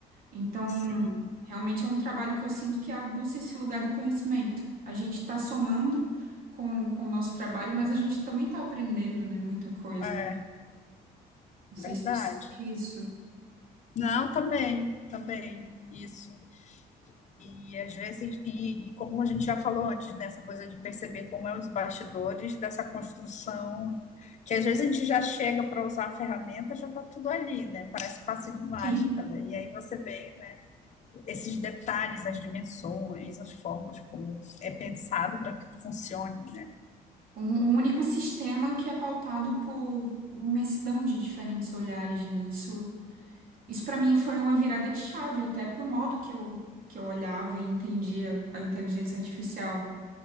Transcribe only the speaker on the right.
Então,
realmente é um trabalho que eu sinto que aguça esse lugar do conhecimento. A gente está somando com, com o nosso trabalho, mas a gente também está aprendendo, né, muita coisa.
Não sei
se tu sente isso.
Sim.
Um, um único sistema que é pautado por imensidão de diferentes olhares, né? Isso, isso para mim foi uma virada de chave até para o modo que eu, que eu olhava e entendia a inteligência artificial.